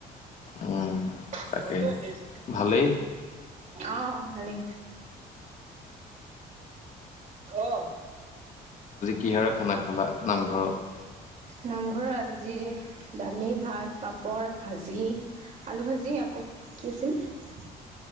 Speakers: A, on the left (about 45°); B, on the right (about 45°).
A: উম।
B: তই
A: তাকে
B: যাব ঐ দেছ।
A: ভালেই
B: অঁ' ভালেই। অ।
A: কিহৰে খানা খালা নামঘৰত?
B: নামঘৰত যি দালি, ভাত, পাপৰ, ভাজি। আলু ভাজি আকৌ কি আছিলে।